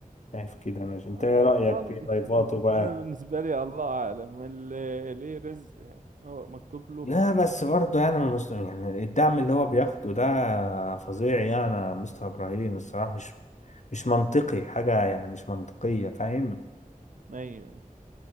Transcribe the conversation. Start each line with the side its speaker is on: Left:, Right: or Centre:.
Left: شايف كده أنا أنت
Right: آه.
Left: إيه رأيك
Right: الله.
Left: في ضيفاته
Right: <laughs>
Left: بقى
Right: انا بالنسبه لي الله اعلم اللي ليه رزق هو مكتوب له
Left: لا بس برضه يعني من مست... يعني الدعم اللي هو بياخده ده فظيع يعني يا مستر ابراهيم الصراحه مش مش منطقي حاجه يعني مش منطقيه فاهم
Right: ايوه أيوة.